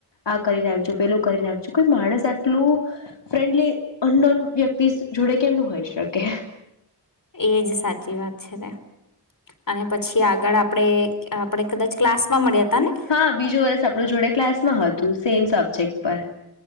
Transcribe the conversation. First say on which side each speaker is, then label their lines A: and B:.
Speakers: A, on the left; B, on the left.
A: આ કરી નાખજો પેલું કરી નાખજો કોઈ માણસ આટલું ફ્રેન્ડલી અનોન વ્યક્તિ જોડે કેમનું હોય શકે.
B: એજ સાચી વાત છે ને, અને પછી આગળ આપડે આપણે કદાચ ક્લાસ માં મળ્યા હતા ને
A: હા બીજું વર્ષ આપણું જોડે ક્લાસ માં હતું. સેમ સબ્જેક્ટ પર